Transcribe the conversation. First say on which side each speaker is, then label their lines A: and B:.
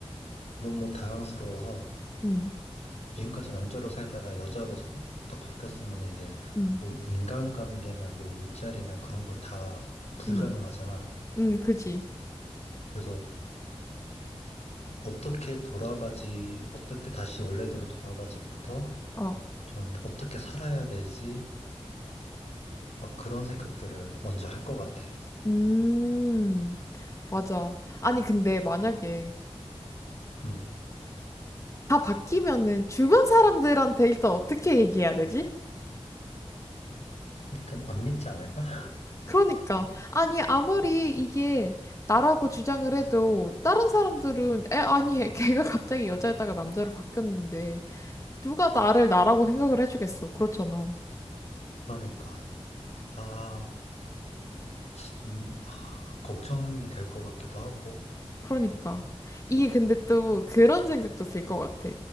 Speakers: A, on the left; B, on the left.
A: 너무 당황스러워서
B: 음,
A: 지금까지 남자로 살다가 여자로 살아, 딱 바뀌었으면 이제
B: 음,
A: 뭐 인간관계나 뭐 일자리나 그런 걸 다 불가능하잖아.
B: 음, 음, 그지.
A: 그래서 어떻게 돌아가지, 어떻게 다시 원래대로 돌아가지부터
B: 어,
A: 좀 어떻게 살아야 되지? 막 그런 생각들을 먼저 할 것 같아.
B: 음, 맞아. 아니, 근데 만약에
A: 음.
B: 다 바뀌면은 주변 사람들한테 일단 어떻게 얘기해야 되지?
A: 일단 안 믿지 않을까? <laughs>
B: 그러니까. 아니, 아무리 이게 나라고 주장을 해도 다른 사람들은, 에, 아니, <laughs> 걔가 갑자기 여자였다가 남자로 바뀌었는데. 누가 나를 나라고 생각을 해주겠어. 그렇잖아.
A: 그러니까. 아, 좀 걱정이 될 것 같기도 하고,
B: 그러니까. 이게 근데 또 그런 생각도 들 것 같아.